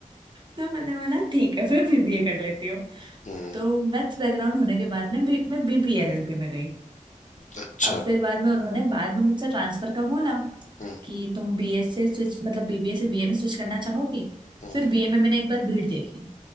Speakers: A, on the right; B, on the left.
A: तो मैंने बोला ठीक है फिर बीबीए कर लेती हूँ
B: हुँ,
A: तो मैथ्स बैकग्राउंड होने के बाद में बी, मैं बीबीएलएलबी में गई
B: अच्छा।
A: अब फिर बाद में उन्होंने बाद में मुझसे ट्रांसफर का बोला
B: हुँ,
A: कि तुम बीए से स्विच मतलब बीबीए से बीए में स्विच करना चाहोगी
B: हुँ,
A: फिर बीए में मैंने एक बार भीड़ देखी